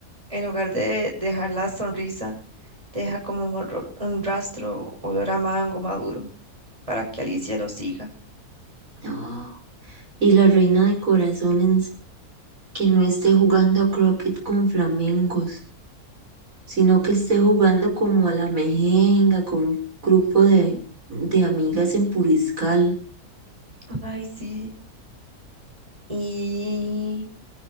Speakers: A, on the right; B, on the right.
A: en lugar de dejar la sonrisa, deja como un, ro- un rastro olor a mango maduro para que Alicia lo siga.
B: no. Y la reina de corazones que no esté jugando a croquet con flamencos. sino que esté jugando como a la mejenga con un grupo de, de amigas en Puriscal.
A: Ay, sí. Y